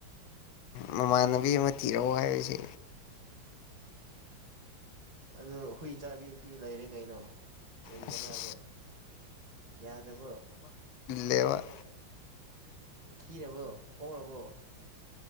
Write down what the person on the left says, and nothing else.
ꯃꯃꯥꯟꯅꯕꯤ ꯑꯃ ꯊꯤꯔꯛꯎ ꯍꯥꯏꯕꯁꯦ
ꯑꯁ
ꯂꯦꯕ